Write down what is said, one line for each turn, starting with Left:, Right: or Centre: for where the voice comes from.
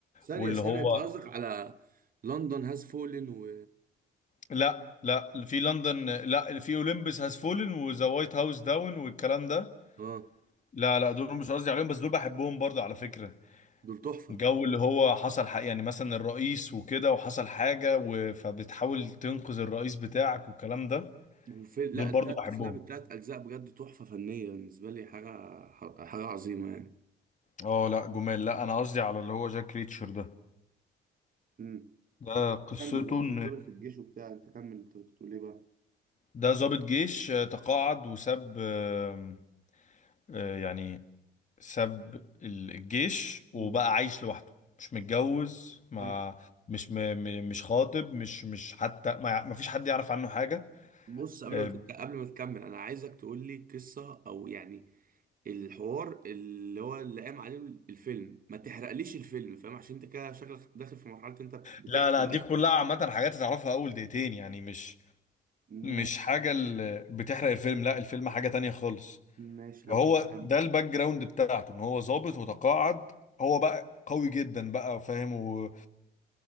Right: ثانية
Left: واللي
Right: ثانية
Left: هو
Right: انت قصدك على لندن هاز فولن و
Left: لا لا اللي في لندن لا اللي في اولمبس هاز فولن وذا وايت هاوس داون والكلام ده
Right: اه
Left: لا لا دول مش قصدي عليهم بس دول بحبهم برضه على فكرة
Right: دول تحفة
Left: جو اللي هو حصل حق يعني مثلا الرئيس وكده وحصل حاجة و- فبتحاول تنقذ الرئيس بتاعك والكلام ده
Right: وفي لا
Left: دول
Right: التلات
Left: برضه بحبهم
Right: افلام التلات اجزاء بجد تحفة فنية بالنسبة لي حاجة حاجة عظيمة يعني
Left: اه لا جمال لا انا قصدي على اللي هو جاك ريتشر ده
Right: امم
Left: ده قصته
Right: كمل هو
Left: ان
Right: كان ظابط في الجيش وبتاع انت كمل انت كنت بتقول ايه بقى
Left: ده ضابط جيش آه، تقاعد وساب آه، آه، يعني ساب ال- الجيش وبقى
Right: مم. شكله
Left: عايش لوحده مش متجوز ما
Right: حلو
Left: مش م... م... مش خاطب مش مش حتى ما... ما فيش حد يعرف عنه حاجة
Right: بص قبل
Left: أم،
Right: ما تك... قبل ما تكمل انا عايزك تقول لي قصه او يعني الحوار اللي هو اللي قام عليه الفيلم ما تحرقليش الفيلم فاهم عشان انت كده شكلك داخل في مرحله انت بتحكي
Left: لا لا
Right: بقى
Left: دي
Right: الفيلم
Left: كلها عامة حاجات هتعرفها أول دقيقتين يعني مش مش
Right: ماشي
Left: حاجة اللي بتحرق الفيلم لا الفيلم حاجة تانية خالص
Right: ماشي
Left: فهو
Right: لو كده كمل
Left: ده الباك جراوند بتاعته إن هو ظابط وتقاعد هو بقى قوي جدا بقى فاهم و...